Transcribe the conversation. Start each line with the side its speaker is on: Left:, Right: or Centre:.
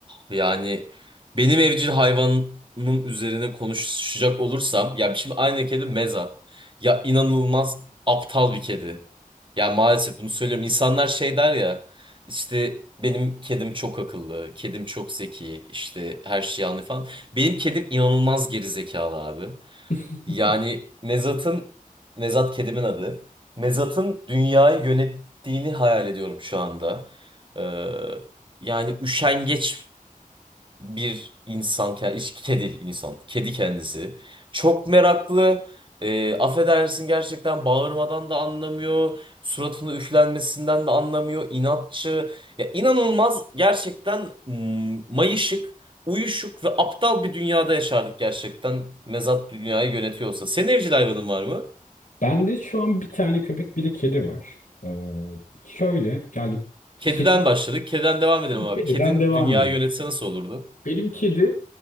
Right: yani benim evcil hayvanımın üzerine konuşacak olursam ya şimdi aynı kedi Meza ya inanılmaz aptal bir kedi. Ya maalesef bunu söylüyorum. İnsanlar şey der ya işte benim kedim çok akıllı, kedim çok zeki, işte her şeyi anlıyor falan. Benim kedim inanılmaz gerizekalı abi.
Left: <laughs>
Right: Yani Mezat'ın Mezat kedimin adı. Mezat'ın dünyayı yönettiğini hayal ediyorum şu anda. Ee, yani üşengeç bir insan, ke- iş- kedi insan, kedi kendisi. Çok meraklı. Ee, affedersin gerçekten bağırmadan da anlamıyor. Suratını üflenmesinden de anlamıyor. inatçı. Ya inanılmaz gerçekten mm, mayışık, uyuşuk ve aptal bir dünyada yaşardık gerçekten. Mezat dünyayı yönetiyorsa. Senin evcil hayvanın var mı?
Left: Bende şu an bir tane köpek bir de kedi var. Ee, şöyle yani
Right: Kediden
Left: kedi,
Right: başladık. Kediden devam edelim abi.
Left: kediden
Right: Kedin
Left: devam
Right: dünyayı
Left: edeyim.
Right: yönetse nasıl olurdu?
Left: Benim kedi